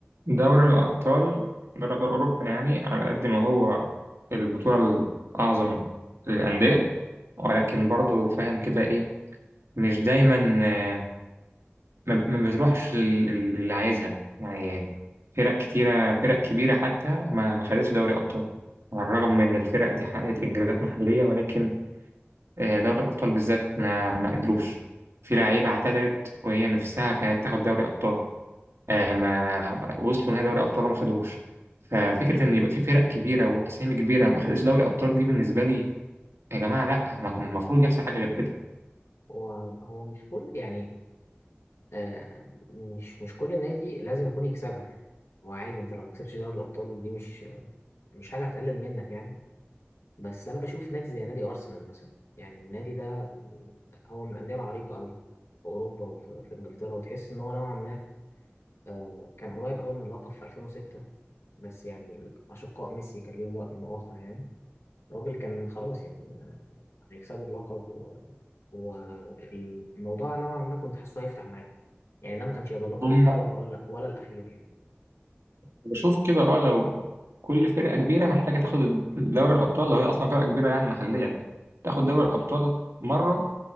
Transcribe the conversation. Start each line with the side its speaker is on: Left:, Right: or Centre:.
Right: دوري الأبطال دوري أبطال أوروبا يعني على قد ما هو البطولة الأعظم للأندية ولكن برضو فاهم كده إيه مش دايما آه، ما ما بتروحش لل- لل- للي عايزها يعني فرق كتيرة فرق كبيرة حتى ما ما خدتش دوري أبطال على الرغم من إن الفرق دي حققت إنجازات محلية ولكن آه، دوري الأبطال بالذات ما ما قدروش في لعيبة اعتذرت وهي نفسها كانت تاخد دوري أبطال آه، ما وصلوا نهائي دوري ابطال وما خدوهوش ففكره ان يبقى في فرق كبيره واسامي كبيره ما خدتش دوري ابطال دي بالنسبه لي يا جماعه لا ما كان المفروض يحصل حاجه غير كده
Left: هو هو مش كل يعني آه مش مش كل نادي لازم يكون يكسبها يعني هو عادي انت لو ما كسبتش دوري الابطال دي مش مش حاجه هتقلل منك يعني بس انا بشوف نادي زي نادي ارسنال مثلا يعني النادي ده هو من الانديه العريقه قوي في اوروبا وفي في انجلترا وتحس ان هو نوعا ما آه كان قريب قوي من اللقب في 2006 بس يعني اشقاء ميسي كان ليهم راي اخر يعني الراجل كان خلاص يعني هيكسبوا اللقب و... والموضوع نوعا ما كنت حاسه هيفتح معاهم يعني ده ما كانش هيبقى اللقب
Right: هم
Left: الاول ولا ولا الاخير يعني
Right: بشوف كده اه لو كل فرقه كبيره محتاجه تاخد دوري الابطال لو هي اصلا فرقه كبيره يعني محليا تاخد دوري الابطال مره